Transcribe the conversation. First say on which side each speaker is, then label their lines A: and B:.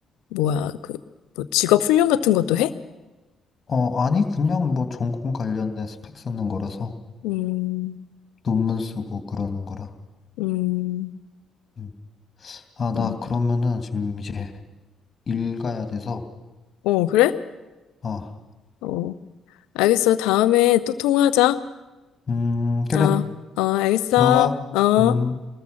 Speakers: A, on the left; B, on the left.
A: 뭐야 그뭐 직업 훈련 같은 것도 해?
B: 어, 아니, 그냥 뭐 전공 관련된 스펙 쓰는 거라서
A: 음,
B: 논문 쓰고 그러는 거라.
A: 음,
B: 음. 아,
A: 음.
B: 나 그러면은 지금 이제 일 가야 돼서.
A: 어 그래?
B: 아,
A: 어 알겠어 다음에 또 통화하자.
B: 음, 그래.
A: 어, 어 알겠어.
B: 들어가.
A: 어.
B: 음.